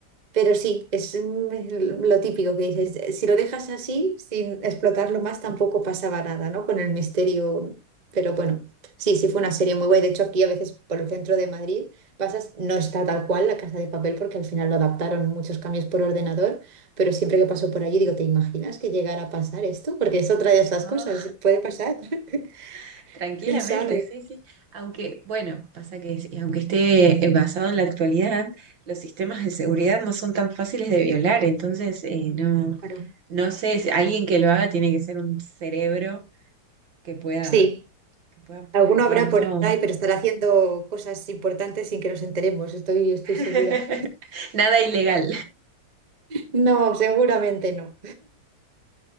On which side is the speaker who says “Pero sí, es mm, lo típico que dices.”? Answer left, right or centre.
Right